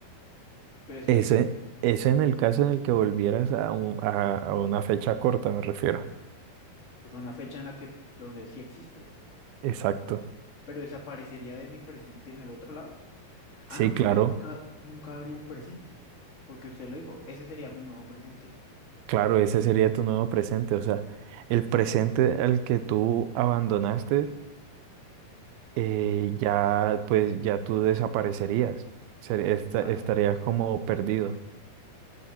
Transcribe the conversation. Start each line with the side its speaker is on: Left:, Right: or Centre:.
Left: pero es
Right: Ese,
Left: que
Right: ese en el caso en el que volvieras a, un- a, a una fecha corta, me refiero.
Left: es una fecha en la que, donde sí existo,
Right: Exacto.
Left: pero desaparecería de mi presente en el otro lado. Ah,
Right: Sí,
Left: no, porque
Right: claro,
Left: nunca, nunca habría un presente, porque usted lo dijo, ese sería mi nuevo presente.
Right: claro, ese sería tu nuevo presente. O sea, el presente al que tú abandonaste, eh, ya, pues, ya tú desaparecerías. Ser- esta-
Left: Claro,
Right: estarías como perdido.